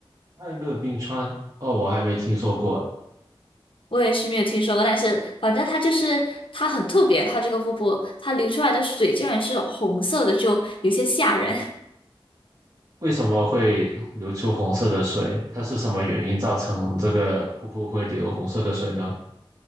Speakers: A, on the right; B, on the left.
A: 泰勒冰川？哦，我还没听说过。
B: 我也是没有听说过，但是反正它就是它很特别，它这个瀑布它流出来的水竟然是红色的，就有些吓人。
A: 为什么会流出红色的水？它是什么原因造成这个瀑布会流红色的水呢？